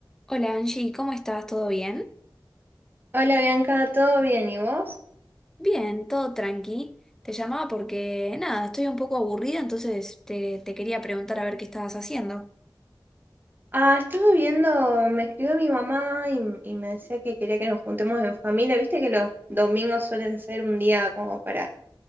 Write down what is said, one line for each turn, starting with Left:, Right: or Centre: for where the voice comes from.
Centre: Hola Angie, ¿cómo estás? ¿Todo bien?
Right: Hola Bianca, ¿todo bien? ¿Y vos?
Centre: Bien, todo tranqui. Te llamaba porque, nada, estoy un poco aburrida, entonces te, te quería preguntar a ver qué estabas haciendo.
Right: Ah, estaba viendo, me escribió mi mamá y, y me decía que quería que nos juntemos en familia. Viste que los domingos suelen ser un día como para